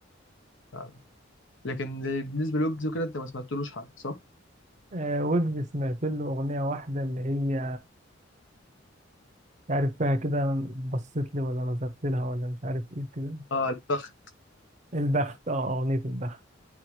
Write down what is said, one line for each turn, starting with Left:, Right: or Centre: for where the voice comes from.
Left: يعني. لكن بالنسبة لويجز وكده أنت ما سمعتلوش حاجة صح؟
Right: آه ويجز سمعت له أغنية واحدة اللي هي مش عارف فيها كده بصيت لي ولا نظرت لها ولا مش عارف إيه كده
Left: آه البخت
Right: البخت أه أغنية البخت